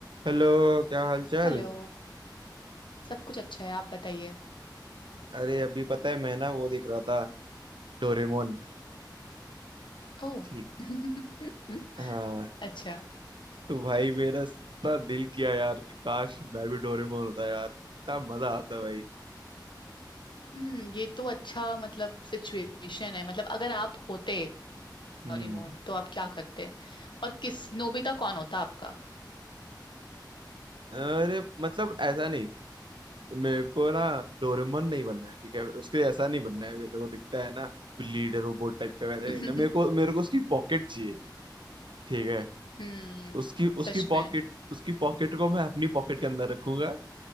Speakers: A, on the right; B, on the left.
A: Hello क्या हाल चाल
B: Hello सब कुछ अच्छा है आप बताइए
A: अरे अभी पता है मैं ना वो देख रहा था डोरेमोन
B: ओह
A: ठीक
B: <laughs>
A: हाँ
B: अच्छा
A: तो भाई मेरा इतना दिल किया यार कि काश मैं भी डोरेमोन होता यार कितना मजा आता भाई
B: हम्म ये तो अच्छा मतलब सिचुएशन है मतलब अगर आप होते
A: हम्म
B: डोरेमोन तो आप क्या करते और किस नोबिता कौन होता आपका
A: अरे मतलब ऐसा नहीं मेरे को ना डोरेमोन नहीं बनना है ठीक है उसके ऐसा नहीं बनना है जैसे वो दिखता है ना लीडर रोबोट टाइप का वैसे
B: <laughs>
A: नहीं ना मेरे को मेरे को उसकी पॉकेट चाहिए ठीक है
B: हम्म
A: उसकी उसकी
B: सच में
A: पॉकेट उसकी पॉकेट को मैं अपनी पॉकेट के अंदर रखूंगा